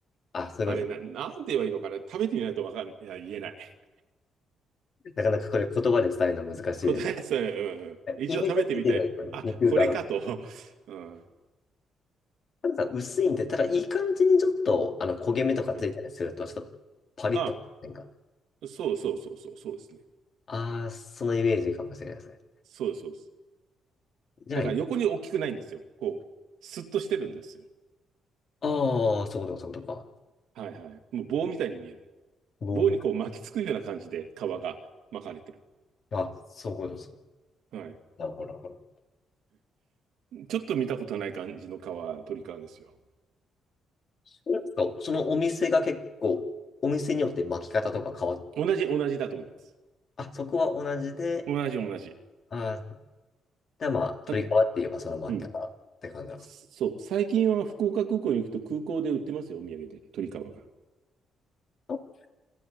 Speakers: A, on the left; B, on the right.
A: あ、そういうことで
B: あれな、なんて言えばいいのかな。食べてみないとわかん、いや、言えない。
A: す。なかなかこれ言葉で伝えるの難しいです。
B: 答えてたね。うんうん。一度食べてみたい。
A: イメージがついてるんですよね。
B: あ、
A: 肉が。
B: これかと。<laughs> うん。
A: なんか薄いんで、ただいい感じにちょっとあの焦げ目とかついたりすると、
B: うん。
A: ちょっとパリッと。
B: あ、
A: なんか、
B: そうそうそうそう、そうですね。
A: ああ、そのイメージかもしれないですね。
B: そうです、そうです。
A: じゃあ、
B: だから横に大きくないんですよ。こう、スッとしてるんですよ。
A: ああ、そういうことか、そういうことか。
B: はいはい。もう棒みたいに見える。
A: 棒みたい
B: 棒にこう巻きつくような感じで皮が巻かれてる。
A: な。あ、そういうことです。
B: はい。
A: だほらほら。
B: ちょっと見たことない感じの皮、鳥皮ですよ。
A: なんかそのお店が結構、お店によって巻き方とか変わっ、
B: 同じ、同じだと思います。
A: あ、そこは同じで、
B: 同じ、同じ。
A: あー、で、まあ、取り替わって言えばその巻き方って感じなんですか。
B: あ、うん。そう。最近は福岡空港に行くと空港で売ってますよ、お土産で。鳥皮が。
A: あ